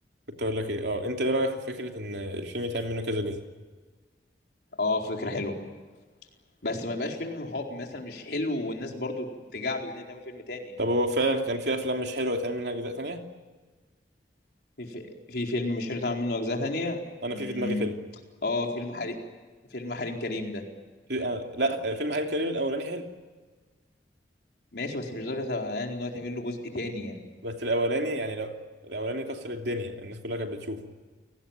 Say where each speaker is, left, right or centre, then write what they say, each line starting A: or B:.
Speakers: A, on the right; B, on the left.
A: كنت اقول لك ايه اه انت ايه رايك في فكره ان الفيلم يتعمل منه كذا جزء
B: اه فكره حلوه بس ما يبقاش فيلم هو مثلا مش حلو والناس برضو تجعبد ان هي تعمل فيلم تاني يعني
A: طب هو فعلا كان في افلام مش حلوه يتعمل منها اجزاء تانية
B: في في في فيلم مش حلو اتعمل منه اجزاء تانية
A: انا
B: امم
A: في في دماغي فيلم
B: اه فيلم حريم فيلم حريم كريم ده
A: في آه لا فيلم حريم كريم الاولاني حلو
B: ماشي بس مش درجة يعني ان هو يتعمل له جزء تاني يعني
A: بس الاولاني يعني لو الاولاني كسر الدنيا الناس كلها كانت بتشوفه